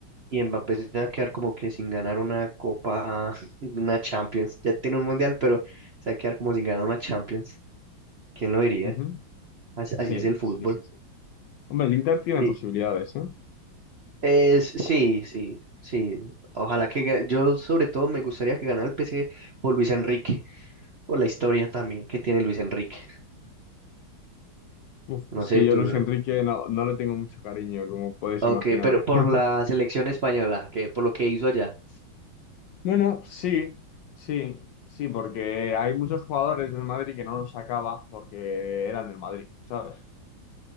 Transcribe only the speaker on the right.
Y Mbappé se va a quedar como que sin ganar una copa, <laughs> una Champions. Ya tiene un mundial, pero se va a quedar como sin ganar una Champions. ¿Quién lo diría?
Así,
así es el fútbol.
Y
es, sí, sí, sí. Ojalá que ga- yo sobre todo me gustaría que ganara el PSG por Luis Enrique, por la historia también que tiene Luis Enrique.
No
sé
tú.
Ok,
pero por
la selección española, que por lo que hizo allá.